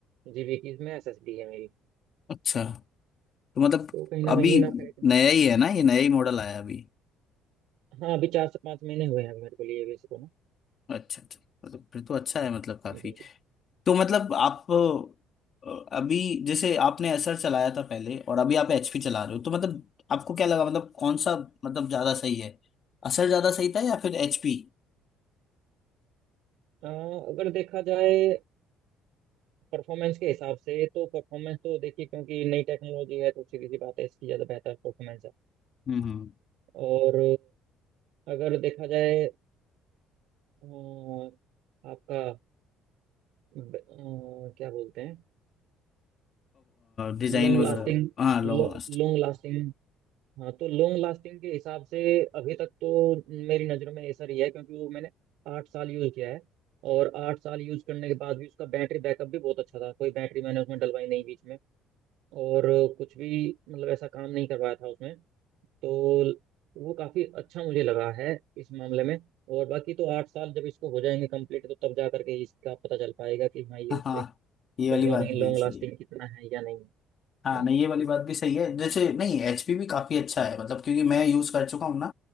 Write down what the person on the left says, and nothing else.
अच्छा तो मतलब
अभी
नया ही है ना ये नया ही मॉडल आया अभी
अच्छा अच्छा मतलब फिर तो अच्छा है मतलब काफी
तो मतलब आप अ, अभी जैसे आपने असर चलाया था पहले और अभी आप एचपी चला रहे हो तो मतलब आपको क्या लगा मतलब कौन सा मतलब ज्यादा सही है असर ज्यादा सही था या फिर एचपी
हम्म
डिजाइन
वगैरह
हाँ लॉन्ग लास्ट
<laughs>
हाँ
ये वाली बात
भी
सही
हाँ
नहीं ये वाली बात भी सही है जैसे नहीं एचपी भी काफ़ी अच्छा है मतलब क्योंकि मैं यूज़ कर चुका हूँ ना